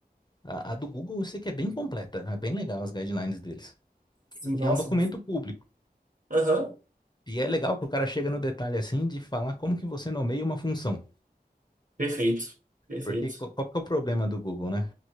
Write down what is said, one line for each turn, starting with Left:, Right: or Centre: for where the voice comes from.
Left: A, a do Google eu sei que é bem completa, né? é bem legal as guidelines deles.
Right: Sim,
Left: E
Right: nossa.
Left: é um documento público.
Right: Aham,
Left: E é legal que o cara chega no detalhe assim de falar como que você nomeia uma função.
Right: perfeito. Perfeito.
Left: Porque qual, qual que é o problema do Google, né?